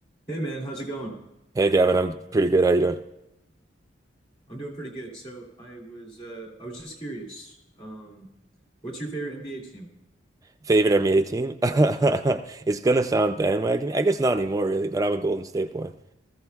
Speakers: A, on the left; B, on the right.
A: Hey man, how's it going?
B: Hey Gavin, I'm pretty good. How you doing?
A: I'm doing pretty good. So I was uh I was just curious. Um what's your favorite NBA team?
B: Favorite NBA team? <laughs> It's gonna sound bandwagon. I guess not anymore, really, but I'm a Golden State boy.